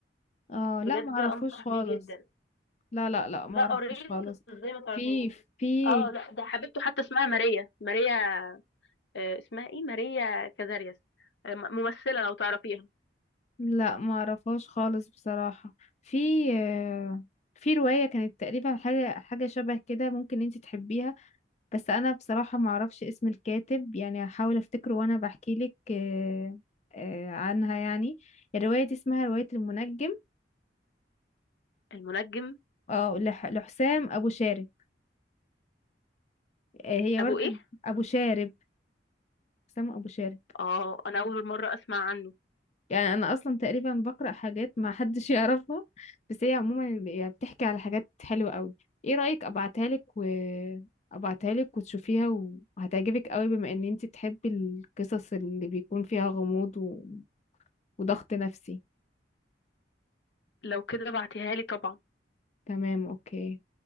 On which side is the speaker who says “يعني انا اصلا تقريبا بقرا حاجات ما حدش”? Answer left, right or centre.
Left